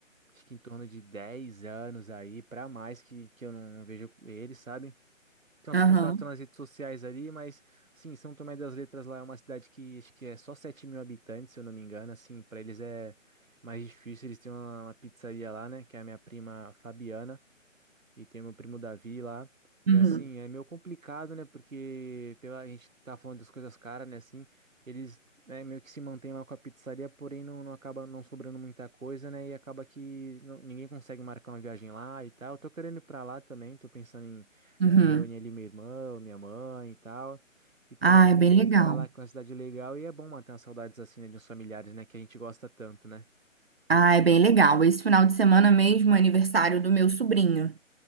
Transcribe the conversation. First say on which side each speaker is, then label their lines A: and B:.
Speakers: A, on the right; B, on the right.
A: acho que em torno de 10 anos aí, pra mais que, que eu não vejo eles, sabe? tem uns
B: aham,
A: contatos nas redes sociais ali, mas, assim, São Tomé das Letras lá é uma cidade que acho que é só 7 mil habitantes, se eu não me engano, assim, para eles é mais difícil, eles têm uma, uma pizzaria lá, né, que é a minha prima Fabiana, e tem meu primo Davi lá.
B: uhum,
A: E assim, é meio complicado, né? Porque pela, a gente tá falando das coisas caras, né? Assim, eles né, meio que se mantêm lá com a pizzaria, porém não, não acaba não sobrando muita coisa, né? E acaba que não- ninguém consegue marcar uma viagem lá e tal. Eu tô querendo ir pra lá também, tô pensando em,
B: uhum.
A: em reunir ali meu irmão, minha mãe e tal. E pegar
B: Ah,
A: pra
B: é bem
A: visitar
B: legal.
A: lá, que é uma cidade legal. E é bom matar as saudades assim, né, de uns familiares, né? Que a gente gosta tanto, né?
B: Ah, é bem legal. Esse final de semana mesmo é aniversário do meu sobrinho.